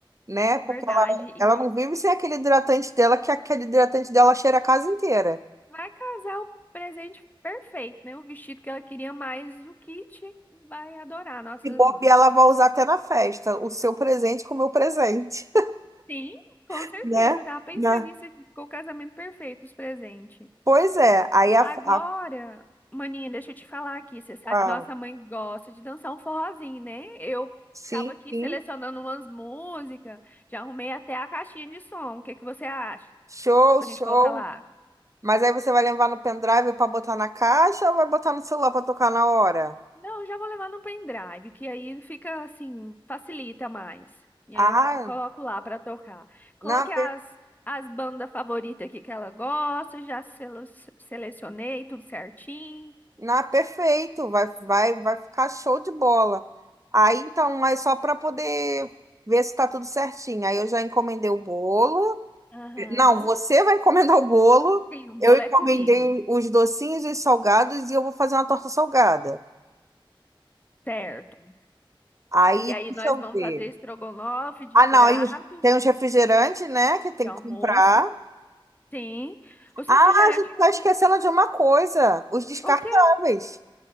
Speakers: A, on the right; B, on the left.
A: né? Porque
B: verdade.
A: ela,
B: E
A: ela não vive sem aquele hidratante dela, que aquele hidratante dela cheira a casa inteira.
B: Vai casar o presente perfeito, né? O vestido que ela queria, mais o Kit vai adorar, nossa
A: E bobear,
B: mãe.
A: ela vai usar até na festa, o seu presente com o meu presente,
B: Sim, com
A: <laughs>
B: certeza.
A: né?
B: Eu tava pensando
A: Né?
B: nisso aqui. Ficou o casamento perfeito, os presentes.
A: Pois é, aí a,
B: Agora,
A: a-
B: maninha, deixa eu te falar aqui. Você sabe
A: a-
B: que nossa mãe gosta de dançar um forrozinho, né? Eu
A: sim,
B: tava aqui
A: sim,
B: selecionando umas músicas, já arrumei até a caixinha de som. O que que você acha?
A: show,
B: Tipo,
A: show.
B: a gente colocar lá.
A: Mas aí você vai levar no pendrive para botar na caixa ou vai botar no celular para tocar na hora?
B: Não, já vou levar no pendrive, que aí fica assim, facilita mais. E
A: Ah,
B: aí eu p- coloco lá pra tocar. Coloquei
A: não,
B: as, as bandas favoritas aqui que ela gosta, já selo- selecionei tudo certinho.
A: Na, perfeito, vai, vai, vai ficar show de bola. Aí então é só para poder ver se está tudo certinho. Aí eu já encomendei o bolo.
B: Aham.
A: Não, você vai encomendar o bolo.
B: Sim, o bolo
A: Eu encomendei
B: é comigo,
A: os docinhos e os salgados e eu vou fazer uma torta salgada.
B: certo?
A: Aí
B: E aí
A: deixa
B: nós
A: eu
B: vamos
A: ver.
B: fazer estrogonofe de
A: Ah,
B: prato,
A: não, aí os- tem os refrigerantes, né, que tem
B: de almoço.
A: que comprar.
B: Sim. Os
A: Ah,
B: refrigerantes,
A: a gente
B: eu
A: tá esquecendo
B: já...
A: de uma coisa, os descartáveis.
B: o quê?